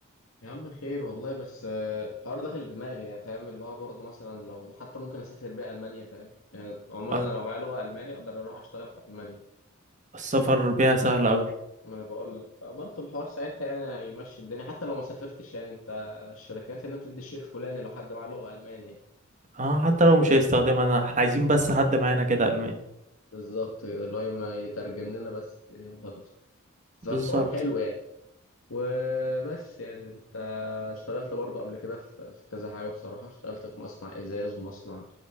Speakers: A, on the left; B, on the right.
A: يا عم خير والله بس آه، الحوار داخل دماغي يعني فاهم اللي هو برضه مثلا لو حتى ممكن اسافر بيه المانيا فاهم يعني عموما
B: أ-
A: انا لو معايا لغه الماني اقدر اروح اشتغل في المانيا
B: السفر بيها سهل قوي
A: ما انا بقول لك فبرضه الحوار ساعتها يعني هيمشي الدنيا حتى لو ما سافرتش يعني انت الشركات هنا بتدي الشيء الفلاني لو حد معاه لغه المانيا
B: اه حتى لو مش هيستخدمها انا احنا عايزين بس حد معانا كده الماني
A: بالظبط كده، اللي هو ما يترجم لنا بس الدنيا وخلاص
B: بالظبط
A: فالحوار حلو يعني وبس يعني انت اشتغلت برضه قبل كده في في كذا حاجة بصراحة اشتغلت في مصنع ازاز ومصنع